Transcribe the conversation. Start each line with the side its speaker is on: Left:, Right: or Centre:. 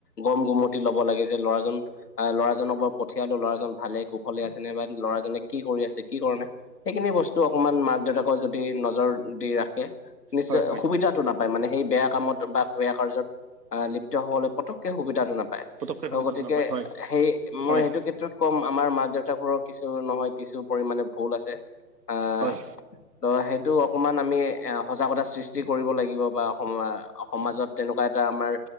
Left: গম গুমতি ল'ব লাগে যে ল'ৰাজন আ ল'ৰাজনক বা পঠিয়ালো ল'ৰাজন ভালে কুশলে আছে নাই বা ল'ৰাজনে কি কৰি আছে কি কৰা নাই। সেইখিনি বস্তু অকমান মাক দেউতাকৰ যদি নজৰ দি ৰাখে। নিশ্চয়
Right: হয় হয়
Left: সুবিধাটো নাপায় মানে সেই বেয়া কামত বা বেয়া কাৰ্যত আহ লিপ্ত হ'বলে পতককে সুবিধাটো নাপায়।
Right: পটককে
Left: আৰু
Right: সুবিধাটো
Left: গতিকে
Right: নাপায় হয়।
Left: সেই মই
Right: হয়
Left: সেইটো ক্ষেত্ৰত কম আমাৰ মা দেউতাবোৰৰো কিছু নহয় কিছু পৰিমাণে ভুল আছে। আ
Right: হয়
Left: ত' সেইটো অকমান আমি এ সজাগতা সৃষ্টি কৰিব লাগিব বা সমা সমাজত তেনেকুৱা এটা আমাৰ